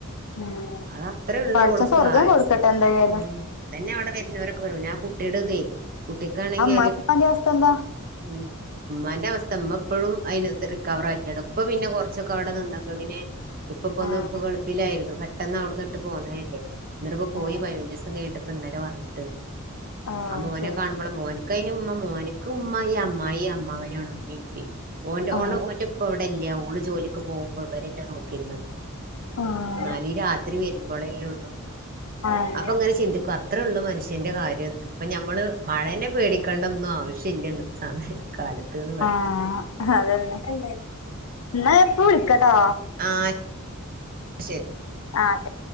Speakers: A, on the left (about 70°); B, on the right (about 40°).
A: ഉം
B: അത് അത്രേ ഒള്ളു
A: പടച്ചോൻ
B: അവൾക്ക്
A: സ്വർഗം
B: ആയുസ്
A: കൊടുക്കട്ടെ എന്തായാലും
B: ഹ്മ്മ് അതന്നെ അവടെ വരുന്നവരൊക്കെ പറയാ പിന്നെ ആ കുട്ടിയിടെ ഇതെ കുട്ടിക്കാണെങ്കി
A: ഇ <unintelligible> പ്പാന്റിം അവസ്ഥന്താ
B: ഹ്മ്മ് ഇമ്മാന്റെ അവസ്ഥ ഇമ്മ ഇപ്പഴും അയ്ന് റിക്കവറാക്കിയട്ടോ ഇപ്പ പിന്നെ കൊറച്ചൊക്കെ അവടെ നിന്നപ്പക്ക്ന് ഇപ്പ ഇപ്പൊന്ന്
A: ആഹ്
B: ഇപ്പ ഗൾഫിലായിരുന്നു പെട്ടന്നവ്ട്ന്ന്ട്ട് പോന്നെല്ലേ എന്നട്ട് ഇപ്പ പോയി
A: ആഹ്
B: പതിനഞ്ച് ദിവസം കഴിഞ്ഞ്ട്ട് ഇന്നലെ വന്ന്ട്ട്ണ്ട്.
A: ഓ
B: ആ മോനെ
A: ശരി
B: കാണുമ്പളാ മോന് ക്കഅയിന് ഉമ്മ മോന്ക്ക് ഉമ്മ ഈ അമ്മായി അമ്മാവനാണ് ഉമ്മീം ഉപ്പി ഓന്റെ
A: ആഹ്
B: ഓളെ ഓന്റെ ഇപ്പ ഇവട്ക്കാ ഇപ്പല്യ ഓള് ജോലിക്ക് പോകുമ്പോ ഇവരല്ലേ നോക്കിരുന്നത്
A: ആഹ്
B: ഇന്നാല് രാത്രി വെരുമ്പളെല്ലൊള്ളൂ,
A: ആഹ്
B: അപ്പ ഇങ്ങനെ ചിന്തിക്കും അത്രൊള്ളൂ മനുഷ്യന്റെ കാര്യംന്ന് അപ്പ നമ്മള് മഴനെ പേടിക്കണ്ടൊന്നും ആവശ്യംല്ല ഇന്നത്തെ സമയ കാലത്ത് എന്ന് പറയാം
A: ആഹ് അതന്നെ അല്ലെ, ഇന്നാ ഞാൻ ഇപ്പ വിളിക്കട്ടാ
B: ആഹ് ശെരി
A: ആഹ് ശെ